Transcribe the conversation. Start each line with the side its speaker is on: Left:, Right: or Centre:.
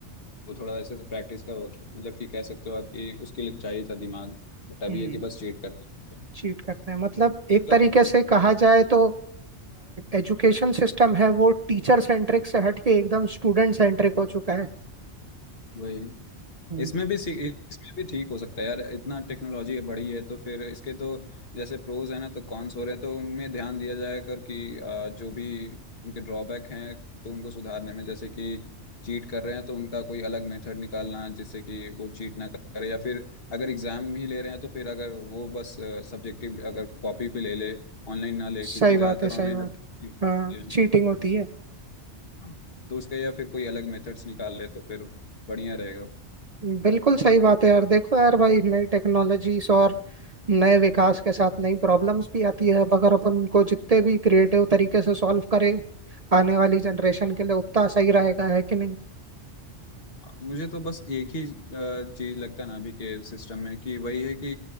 Left: वो थोड़ा ऐसे तो प्रैक्टिस का वर्क मतलब कि कह सकते हो आप कि उसके लिए चाहिए था दिमाग बट अभी
Right: हम्म
Left: है कि बस चीट करते हैं
Right: चीट करते हैं मतलब
Left: तो
Right: एक
Left: तब
Right: तरीके से कहा जाए तो एजुकेशन सिस्टम है वो टीचर सेंट्रिक से हट के एकदम स्टूडेंट सेंट्रिक हो चुका है
Left: वही
Right: हम्म,
Left: इसमें भी सी- इसमें भी ठीक हो सकता है यार इतना टेक्नोलॉजी बढ़ी है तो फिर इसके तो जैसे प्रोज है ना तो कॉन्स हो रहे हैं तो उनमें ध्यान दिया जाए कर कि आ, जो भी उनके ड्रॉबैक हैं तो उनको सुधारने में जैसे कि चीट कर रहे हैं तो उनका कोई अलग मेथड निकालना जिससे कि वो चीट ना करे या फिर अगर एग्जाम ही ले रहे हैं तो फिर अगर वो बस सब्जेक्टिव अगर कॉपी पे ले ले ऑनलाइन ना ले
Right: सही
Left: क्योंकि ज़्यादातर
Right: बात है सही
Left: ऑनलाइन
Right: बात
Left: अब cheat होते
Right: है हाँ
Left: हैं।
Right: चीटिंग होती है
Left: हाँ, तो उसका या फिर कोई अलग मेथड्स निकाल ले तो फिर बढ़िया रहेगा
Right: बिल्कुल सही बात है यार देखो यार भाई नई टेक्नोलॉजीज और नए विकास के साथ नई प्रॉब्लम्स भी आती है अब अगर अपन उनको जितने भी क्रिएटिव तरीके से सॉल्व करें आने वाली जनरेशन के लिए उतना सही रहेगा है कि नहीं
Left: मुझे तो बस एक ही चीज लगता है ना अभी के सिस्टम में कि वही है कि